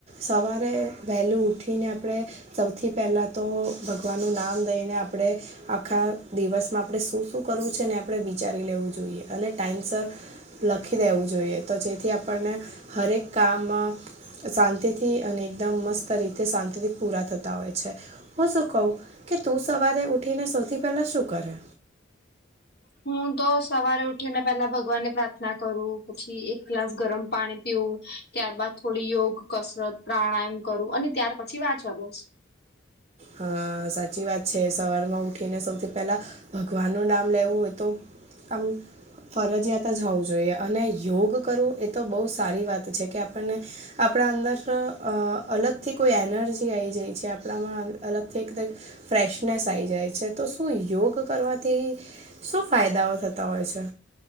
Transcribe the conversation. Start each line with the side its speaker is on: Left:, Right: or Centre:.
Right: સવારે વહેલીું ઉઠીને આપણે સ સૌથી પહેલાં તો ભગવાનનું નામ લઈને આપણે આખા દિવસમાં આપણે શું શું કરવું છે ને આપણે વિચારી લેવું જોઈએ અને ટાઈઇમસર. લખી દેવું જોઈએ તો જેથી આપણને હરેક કામ શાંતિથી અને એકદમ મસ્ત રીતે શાંતિથી પૂરા થતા ય છે હું શું કું કે તું સવારે ઉઠીને સૌથી પહેલા શું કરે?
Left: હું તો સવારે ઉઠીને પેલા ભગવાન ને પ્રાર્થના કરું પછી એક ગ્લાસ ગરમ પાણી પીવું. ત્યાર બાાદ થોડી યોગ કસરત પ્રાણાયામ કરું અને ત્યાર પછી વાંચવા બસ
Right: હા સાચી વાત છે સવારમાં ઉઠીને સૌથી પહેલા ભગવાનનું નામ લેવું હોય તો આમ ફરજિયાત જ હોવું જોઈએ અને યોગ કરવું એ તો બહુ સારી વાત છે કે આપણને આપણા અંદર અલગથી કોઈ એનર્જી આવી જાય છે આપણામાં અલગથી એકદમ ફ્રેશનેસ આવી જાય છે તો શું યોગ કરવાથી શું ફાયદાઓ થતા હોય છે.